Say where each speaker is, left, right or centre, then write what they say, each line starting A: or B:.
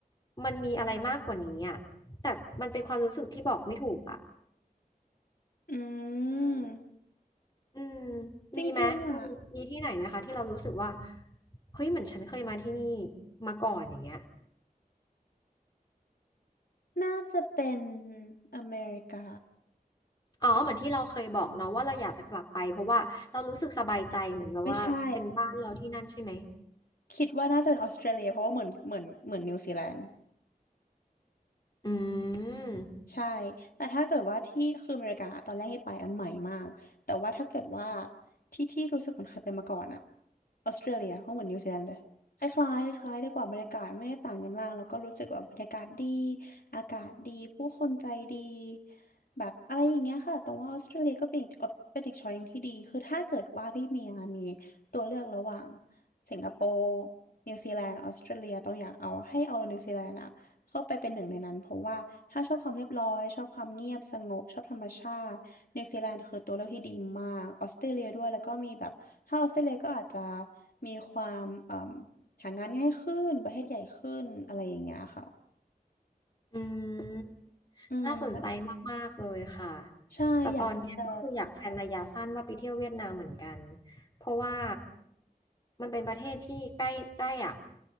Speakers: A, on the left; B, on the left.
A: มันมีอะไรมากกว่านี้อ่ะแต่มันเป็นความรู้สึกที่บอกไม่ถูกอ่ะ
B: อืม
A: อืม
B: จริงๆอ่ะ
A: มีไหมมีมีที่ไหนไหมคะที่เรารู้สึกว่าเฮ้ยเหมือนฉันเคยมาที่นี่มาก่อนอย่างเงี้ย
B: น่าจะเป็นอเมริกา
A: อ๋อเหมือนที่เราเคยบอกเนาะว่าเราอยากจะกลับไปเพราะว่าเรารู้สึกสบายใจเหมือนแบบว่าเป็นบ้านเราที่นั่นใช่ไหม
B: ไม่ใช่คิดว่าน่าจะเป็นออสเตรเลียเพราะว่าเหมือนเหมือนเหมือนนิวซีแลนด์
A: อืม
B: ใช่แต่ถ้าเกิดว่าที่คืออเมริกาตอนแรกให้ไปอันใหม่มากแต่ว่าถ้าเกิดว่าที่ที่รู้สึกเหมือนเคยไปมาก่อนอะ ออสเตรเลียหเหมือนนิวซีแลนด์เลยคล้ายๆคล้ายๆไดีกว่าบรรยากาศไม่ได้ต่างกันมากแล้วก็รู้สึกว่าบรรยากาศดีอากาศดีผู้คนใจดีแบบอะไรอย่างเงี้ยค่ะตรงว่าออสเตรเลียก็เป็นอีกเป็นอีกช้อยหนึ่งที่ดีคือถ้าเกิดว่าพี่เมียมีตัวเลือกระหว่างสิงคโปร์นิวซีแลนด์ออสเตรเลียต้องอยากเอาให้เอานิวซีแลนด์อะ เข้าไปเป็นหนึ่งในนั้นเพราะว่าถ้าชอบความเรียบร้อยชอบความเงียบสงบชอบธรรมชาตินิวซีแลนด์คือตัวเลือกที่ดีมากออสเตรเลียด้วยแล้วก็มีแบบถ้าออสเตรเลียก็อาจจะมีความเอ่มหางานง่ายขึ้นประเทศใหญ่ขึ้นอะไรอย่างเงี้ยค่ะ
A: อืม
B: อืม
A: น่าสนใจมากๆเลยค่ะ
B: ใช่อยากจะ
A: แต่ตอนเนี้ยก็คืออยากแพลนระยะสั้นว่าไปเที่ยวเวียดนามเหมือนกันเพราะว่ามันเป็นประเทศที่ใกล้ใกล้อ่ะ